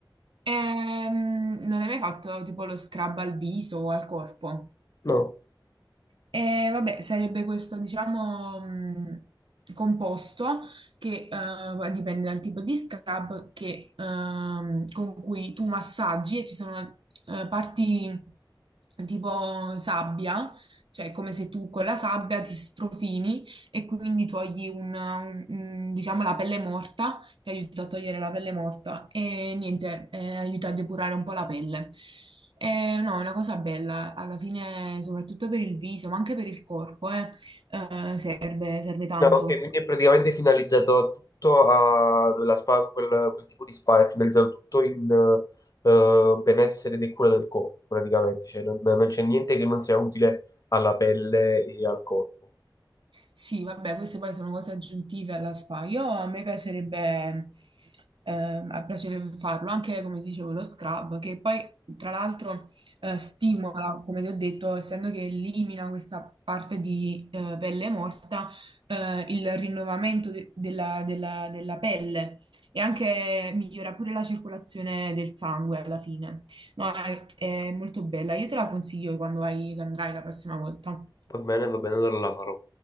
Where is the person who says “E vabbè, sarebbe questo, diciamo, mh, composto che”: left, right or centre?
Right